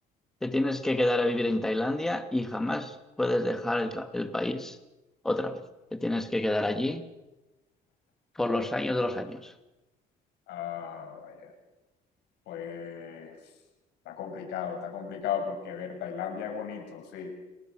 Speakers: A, in the centre; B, on the left.
A: te tienes que quedar a vivir en Tailandia y jamás puedes dejar el, ca- el país otra vez. Te tienes que quedar allí por los años de los años.
B: ah, vaya, pues está complicado, está complicado porque, a ver, Tailandia es bonito, sí.